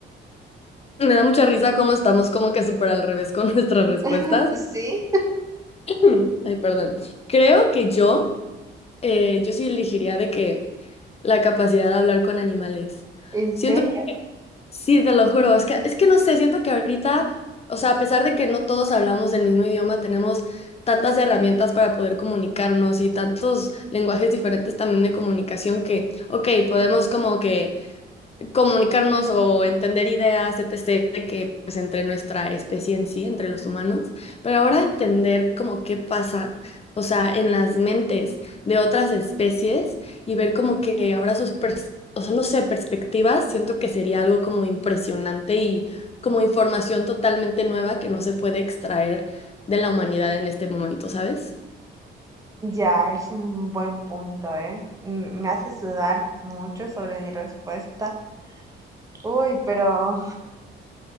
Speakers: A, on the left; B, on the right.
A: Me da mucha risa cómo estamos como que súper al revés con <laughs> nuestras respuestas.
B: <laughs> Sí,
A: <clears throat> Ay, perdón. Creo que yo, eh, yo sí elegiría de que la capacidad de hablar con animales.
B: en
A: Siento,
B: serio.
A: sí, te lo juro, es que, es que no sé, siento que ahorita, o sea, a pesar de que no todos hablamos el mismo idioma, tenemos tantas herramientas para poder comunicarnos y tantos lenguajes diferentes también de comunicación que, ok, podemos como que comunicarnos o entender ideas, etc., que pues entre nuestra especie en sí, entre los humanos, pero ahora entender como qué pasa, o sea, en las mentes de otras especies y ver como que ahora sus, pers- o sea, no sé, perspectivas, siento que sería algo como impresionante y como información totalmente nueva que no se puede extraer de la humanidad en este momento, ¿sabes?
B: Ya, es un buen punto, ¿eh? Mm, Me haces dudar mucho sobre mi respuesta. Uy, pero